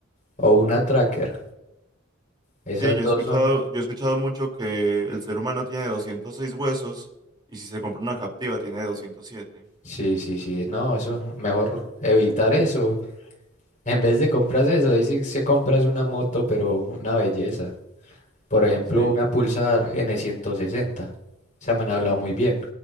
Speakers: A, on the left; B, on the right.
A: o una tracker. Esas
B: Sí, yo
A: dos
B: he escuchado,
A: son...
B: yo he escuchado mucho que el ser humano tiene 206 huesos y si se compra una Captiva tiene doscientos siete.
A: Sí, sí, sí. No, eso, mejor evitar eso. En vez de comprarse eso, ahí sí se compras una moto, pero una belleza. Por ejemplo,
B: Sí.
A: una Pulsar N160. Esa me han hablado
B: Uh,
A: muy bien.